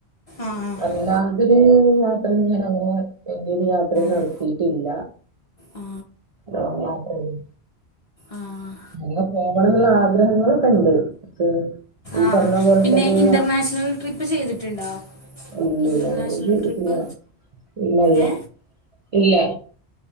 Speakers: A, on the left (about 45°); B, on the right (about 50°).
A: ആ
B: അല്ലാതൊരു മാത്രം ഞാൻ അങ്ങനെ എന്റെരു യാത്രയും നടത്തിട്ടില്ല.
A: ആ ആ,
B: ഞാൻ മാത്രല്ലേ.
A: ആഹ്
B: അങ്ങ പോവണെന്നൊള്ള ആഗ്രഹങ്ങളൊക്കൊണ്ട്. പക്ഷേ. ഈ
A: ആഹ്
B: പറഞ്ഞ പോലെ
A: പിന്നെ
B: തന്നെ
A: ഇന്റർനാഷണൽ ട്രിപ്പ് ചെയ്തിട്ടുണ്ടോ?
B: പിന്നെ
A: ഇൻ്റർനാഷണൽ
B: അങ്ങനെയൊന്നും ഇരിപ്പില്ല.
A: ട്രിപ്പ്
B: ഇല്ലില്ല.
A: ഏ
B: ഇല്ല.